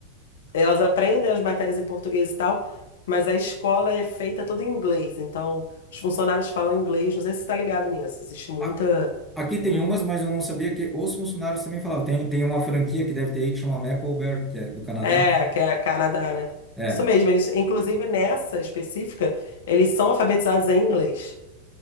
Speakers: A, on the left; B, in the centre.
A: elas aprendem as matérias em português e tal, mas a escola é feita toda em inglês. Então, os funcionários falam inglês. Não sei se você tá ligado nisso. Existe muita.
B: a- aqui tem umas, mas eu não sabia que os funcionários também falavam, tem, tem uma franquia que deve ter aí que chama Maplebear, que é do Canadá,
A: É, que é a Canadá, né?
B: é,
A: Isso mesmo. Eles, inclusive nessa específica, eles são alfabetizados em inglês.